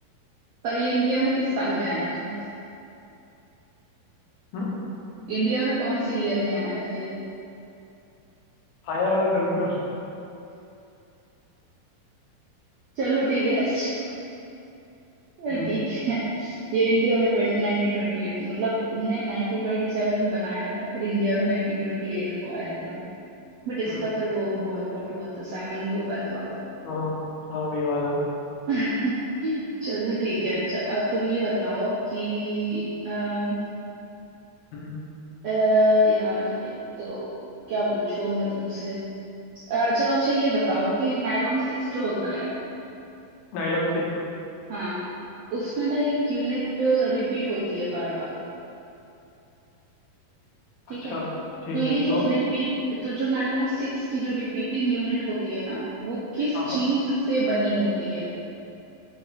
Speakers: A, on the right (about 75°); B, on the left (about 85°).
A: पर ये इंडिया में किस साल में आया था
B: हम्म,
A: इंडिया में कौन से ईयर में आया था ये
B: आया होगा कभी तो
A: चलो ठीक है अच्छा अरे
B: हम्म,
A: ठीक है ये इंडिया में नाइनटीन ट्वेंटी एट मतलब उनने नाइनटीन ट्वेंटी सेवन में बनाया था फिर इंडिया में नाइनटीन ट्वेंटी एट को आया था बट इसका
B: हम्म,
A: फिर वो बॉयकॉट हुआ था साइमन गो बैक वाला
B: हाँ हाँ वही वाला
A: <laughs> चलो ठीक है अच्छा अब तुम ये बताओ कि अम,
B: हम्म,
A: अ, यार एक तो क्या पूछूं अब मैं तुमसे अ, चलो अच्छा ये बताओ कि नायलॉन सिक्स जो होता है
B: नायलॉन सिक
A: हाँ उसमें ना एक यूनिट रिपीट होती है बार बार ठीक
B: अच्छा
A: है
B: ठीक
A: तो ये
B: है तो
A: जो रिपीट तो जो नायलॉन सिक्स की जो रिपीटिंग यूनिट होती है ना वो किस
B: हाँ हाँ,
A: चीज से बनी होती है